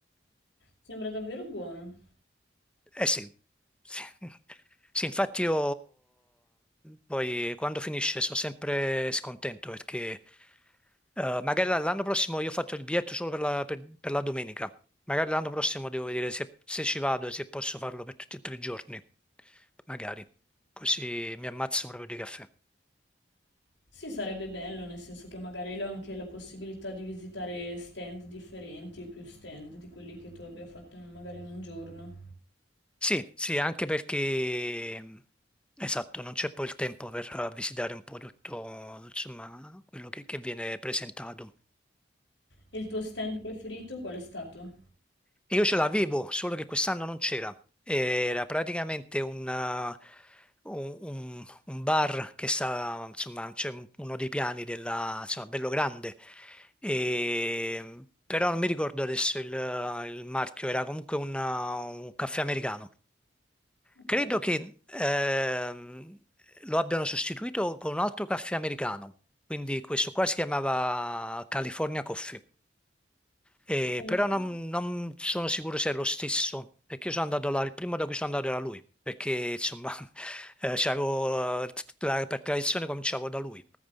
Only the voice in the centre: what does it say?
Eh sì, sì, <laughs> Sì, infatti io poi quando finisce sono sempre scontento perché eh, magari l'anno prossimo io ho fatto il biglietto solo per la, per- per la domenica, magari l'anno prossimo devo vedere se, se ci vado e se posso farlo per tutti e tre i giorni, magari, così mi ammazzo proprio di caffè.
Sì, sì, anche perché mh, esatto, non c'è poi il tempo per eh, visitare un po' tutto, insomma, quello che che viene presentato.
E io ce l'avevo, solo che quest'anno non c'era. Era praticamente un, uh, un- un- un bar che sta, insomma, c'è un- uno dei piani della, insomma, bello grande. E- però non mi ricordo adesso il, uh, il marchio, era comunque una- un caffè americano.
Credo che ehm, lo abbiano sostituito con un altro caffè americano. Quindi questo qua si chiamava California Coffee. Eh,
però
non, non sono sicuro se è lo stesso, perché io sono andato là, il primo da cui sono andato era lui, perché insomma <laughs> eh, c'avevo, eh, la- per tradizione cominciavo da lui.